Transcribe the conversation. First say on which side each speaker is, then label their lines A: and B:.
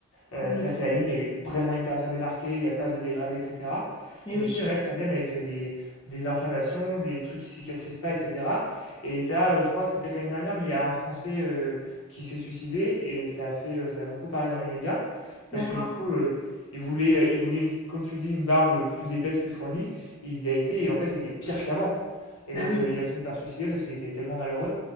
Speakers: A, on the left; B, on the left.
A: Euh,
B: Mm.
A: c'est-à-dire que la ligne, elle est vraiment hyper bien démarquée, il n'y a pas de dégradé, etc.
B: Eh
A: Mais
B: oui,
A: aussi, il y en a qui reviennent avec euh, des, des inflammations, des trucs qui cicatrisent pas, etc. Et t'as, euh, je crois, c'est peut-être l'année dernière, mais il y a un Français euh, qui s'est suicidé et ça a fait, euh, ça a beaucoup parlé dans les médias parce
B: d'accord.
A: que du coup, euh, il voulait, euh, il voulait, comme tu dis, une barbe plus épaisse, plus fournie. Il y a été et en fait, c'était pire qu'avant. Et
B: Ben
A: donc,
B: oui.
A: euh, il a fini par se suicider parce qu'il était tellement malheureux.